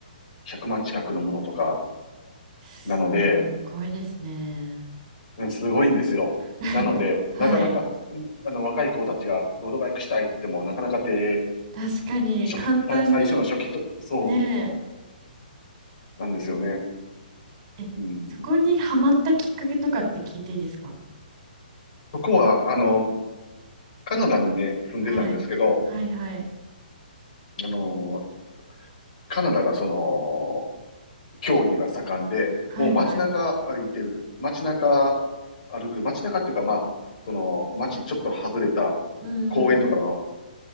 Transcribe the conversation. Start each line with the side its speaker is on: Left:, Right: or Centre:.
Left: 100万近くのものとか、
Right: す
Left: なので、
Right: ごいですね。
Left: うんすごいんですよ。
Right: <laughs>
Left: なので、
Right: はい。
Left: なかなか、にあの、若い子たちがロードバイクしたいって言っても、なかなか手、
Right: 確かに、
Left: 初期、
Right: 簡単に
Left: さ最初の初期と、そ
Right: ね
Left: うなんですよね。
Right: え。え、
Left: うん。
Right: そこにハマったきっかけとかって聞いていいですか
Left: そこは、あの、カナダにね、住んでたんですけど、
Right: はい。はいはい。
Left: あの、カナダがその、競技が盛んで、
Right: はいはいはい。
Left: もう街中歩いてる、街中歩く、街中っていうかまあ、その、街ちょっと外れた
Right: うんうんうん。
Left: 公園とかの